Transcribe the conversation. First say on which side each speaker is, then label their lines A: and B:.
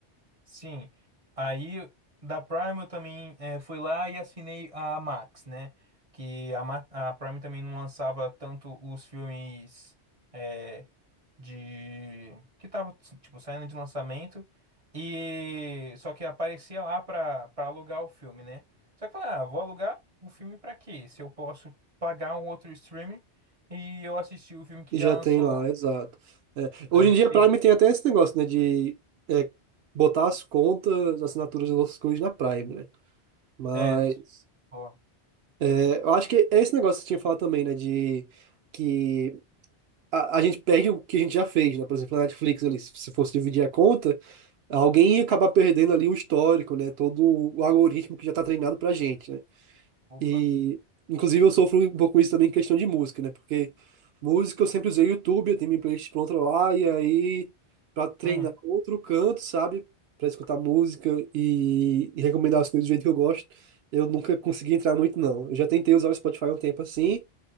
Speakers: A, on the right (about 40°); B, on the right (about 65°).
A: sim. Aí da Prime eu também eh, fui lá e assinei a Max, né? Que a, Ma- a Prime também não lançava tanto os filmes. é, de que tava tipo saindo de lançamento e só que aparecia lá pra para alugar o filme, né? Só que eu falei, ah, vou alugar o filme pra quê? Se eu posso pagar um outro streaming e eu assisti o filme que
B: E
A: já
B: já
A: lançou
B: tem lá,
A: lá.
B: exato. É, Hoje
A: Aí eu
B: em dia
A: peguei,
B: a Prime tem até esse negócio, né, de é, botar as contas, assinaturas das outras coisas na Prime, né? Mas
A: é, t- ó,
B: é, eu acho que é esse negócio que você tinha falado também, né, de que a, a gente perde o que a gente já fez, né? Por exemplo, a Netflix ali, se se fosse dividir a conta, alguém ia acabar perdendo ali o histórico, né? Todo o algoritmo que já tá treinado pra gente, né?
A: opa.
B: E, inclusive, eu sofro um pouco isso também em questão de música, né? Porque música eu sempre usei o YouTube, eu tenho minha playlist pronta lá, e aí, pra treinar
A: Hum,
B: outro canto, sabe? Pra escutar música e, e recomendar as coisas do jeito que eu gosto, eu nunca consegui entrar muito, não. Eu já tentei usar o Spotify um tempo assim,